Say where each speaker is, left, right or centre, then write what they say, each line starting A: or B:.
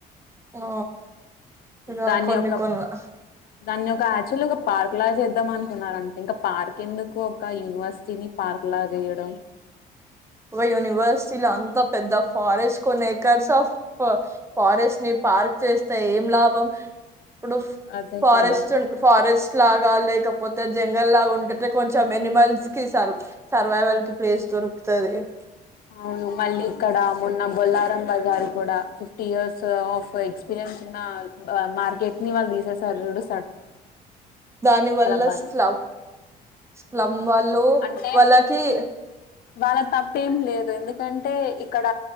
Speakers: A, on the right; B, on the left.
A: ఆ ఇగ
B: దాన్ని
A: కొన్ని
B: ఒక
A: కొన్నా
B: దాన్ని ఒక యాక్చువల్ ఒక పార్క్ లాగా చేద్దాం అనుకున్నడంట ఇంకా పార్క్ ఎందుకు ఒక యూనివర్సిటీని పార్క్ లా జేయడం
A: ఒ యూనివర్సిటీల అంత పెద్ద ఫారెస్ట్ కొనే ఎకర్స్ ఆఫ్ ఫారెస్ట్ ని పార్క్ చేస్తే ఏం లాభం ఇప్పుడు ఫ
B: అదే
A: ఫారెస్ట్
B: కదా
A: ఫారెస్ లాగా లేకపోతే జంగల్ లాగా ఉంటే టె కొంచెం ఎనిమల్స్ కి సర్ సర్వైవల్ కి ప్లేస్ దొరుకు తది
B: అవును మళ్ళీ ఇక్కడ మొన్న బొల్లారం బజార్ కూడా ఫిఫ్టీ ఇయర్స్ ఆఫ్ ఎక్స్పీరియన్స్ ఉన్న బ మార్కెట్ ని వాళ్ళు తీసేసారు జూడు
A: దాని వల్ల
B: బాధ
A: స్లవ్
B: వేసింది
A: స్లమ్ వాళ్ళు
B: అంటే
A: వాళ్ళకి
B: వాళ్ళ తప్పు ఏం లేదు ఎందుకంటే ఇక్కడ